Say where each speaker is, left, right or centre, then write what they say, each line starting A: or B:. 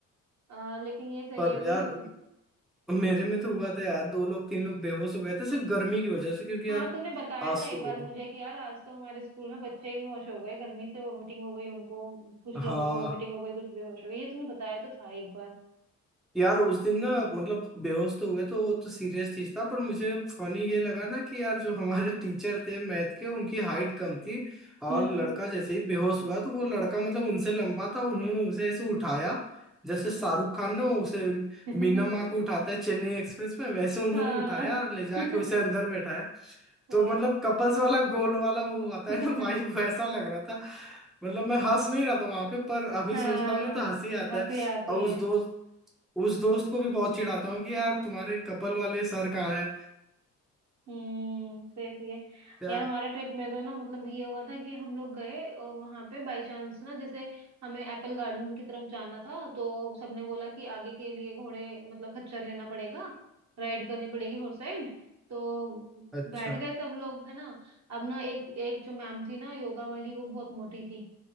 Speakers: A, on the right; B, in the centre.
A: अ, लेकिन ये सही
B: पर
A: है
B: यार
A: कि
B: मेरे में तो हुआ था यार दो लोग तीन लोग बेहोश हो गए थे सिर्फ गर्मी की वजह से क्योंकि
A: हाँ
B: यार
A: तूने बताया
B: आंसू
A: था एक बार मुझे कि यार आज तो हमारे स्कूल में बच्चे ही बेहोश हो गए गर्मी से वोमिटिंग हो गई उनको कुछ
B: हाँ
A: लोगों को वोमिटिंग हो गई कुछ बेहोश हो गए ये तूने बताया तो था एक बार
B: यार उस दिन ना मतलब बेहोश तो हुए तो वो तो सीरियस चीज था पर मुझे फनी ये लगा ना कि यार जो हमारे <laughs> टीचर थे मैथ के उनकी हाइट कम थी और
A: हम्म
B: लड़का जैसे ही बेहोश हुआ तो वो लड़का मतलब उनसे लंबा था उन्होंने उसे ऐसे उठाया जैसे शाहरुख खान ना उसे
A: <laughs>
B: मीना माँ को उठाता है चेन्नई एक्सप्रेस में वैसे उन्होंने
A: हाँ
B: उठाया और ले जाके
A: <laughs>
B: उसे अंदर बैठाया
A: वाह
B: तो मतलब कपल्स वाला गोल वाला वो आता
A: <laughs>
B: है ना वाइब वैसा लग रहा था मतलब मैं हंस नहीं रहा था वहां पे पर अभी
A: हाँ
B: सोचता हूँ ना तो हंसी आता
A: हंसी
B: है
A: आती
B: और
A: है
B: उस दोस्त उस दोस्त को भी बहुत चिढ़ाता हूँ कि यार तुम्हारे कपल वाले सर कहाँ है
A: हम्म सही सही है
B: या
A: यार हमारे ट्रिप में तो ना मतलब ये हुआ था कि हम लोग गए और वहां पे बाय चांस ना जैसे हमें एप्पल गार्डन की तरफ जाना था तो सबने बोला कि आगे के लिए घोड़े मतलब खच्चर लेना पड़ेगा राइड करनी पड़ेगी हॉर्स राइड तो
B: अच्छा
A: बैठ गए सब लोग है ना अब ना एक एक जो मैम थी ना योगा वाली वो बहुत मोटी थी